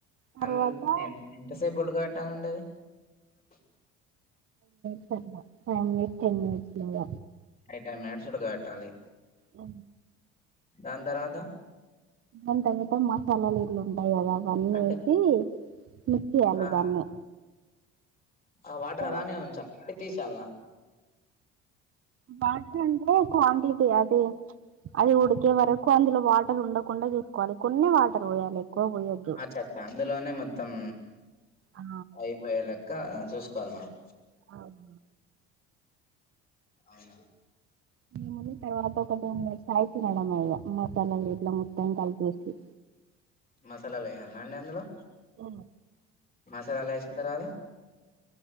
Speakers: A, on the right; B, on the left.
A: తర్వాత
B: అమ్
A: ఒక
B: ఎంతసేపు ఉడుక <unintelligible>
A: ఫైవ్ మట్స్ టెన్ మిట్స్ లోద
B: అయి ట మేడ్ చుడక పెట్టాలి
A: అ
B: అంద రాధా
A: ఏ తగతే మసాలాలు ఇర్ల అలాగా అన్న
B: అంటే
A: వేసి మిచ్చయ్యాలి
B: ఆ
A: దాన్ని
B: ఆ వాటర్
A: తర్వాత
B: అలానే ఉంచా ఎటి చాలనా
A: బాంట క్వాంటిటీ అది అది ఉడికే వరకు అందులో వాటర్ ఉండకుండా చూసుకోవాలి కొన్ని వాటర్ పోయాలి ఎక్కువ పోయొద్దు
B: అచ్చా అచ్చా అందులోనే మొత్తం
A: ఆ!
B: అయిపోయేలా ఇంకా చూసుకోవాలి మనం
A: అవును.
B: అవునా
A: నముంది తర్వాత ఒక మ సాయత నేడమ్ మ అ ఇ ముట్టం కలిపికి
B: మసాలాలుేయాల అండి అందులో
A: అ
B: సార్ అలా వేసిన తర్వాత